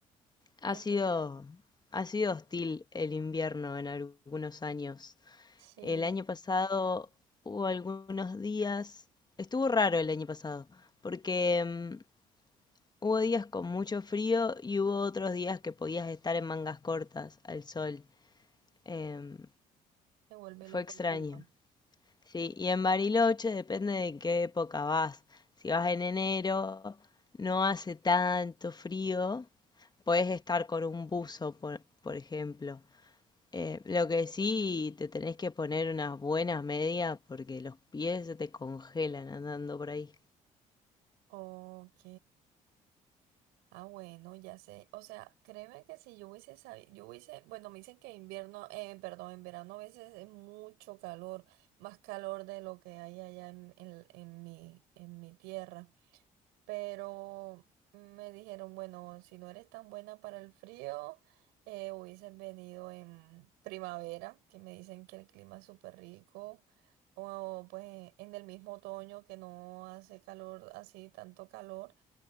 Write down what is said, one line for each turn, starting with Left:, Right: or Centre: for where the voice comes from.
Left: ha
Right: Entonces,
Left: sido, ha sido hostil el invierno en algunos años.
Right: sí,
Left: El año pasado hubo algunos días, estuvo raro el año pasado, porque em, hubo días con mucho frío y hubo otros días que podías estar en mangas cortas al sol. Em,
Right: se vuelve
Left: fue
Right: loco
Left: extraño.
Right: el clima.
Left: Sí, y en Bariloche depende de en qué época vas. Si vas en enero, no hace tanto frío, puedes estar con un buzo, por, por ejemplo. Eh, lo que sí, te tenés que poner unas buenas medias porque los pies se te congelan andando por ahí.
Right: Ok. Ah, bueno, ya sé. O sea, créeme que si yo hubiese sabido, yo hubiese, bueno, me dicen que invierno, eh, perdón, en verano a veces es mucho calor, más calor de lo que hay allá en, en, en mi, en mi tierra. Pero me dijeron, bueno, si no eres tan buena para el frío, eh, hubieses venido en primavera, que me dicen que el clima es súper rico. O pues en el mismo otoño que no hace calor así, tanto calor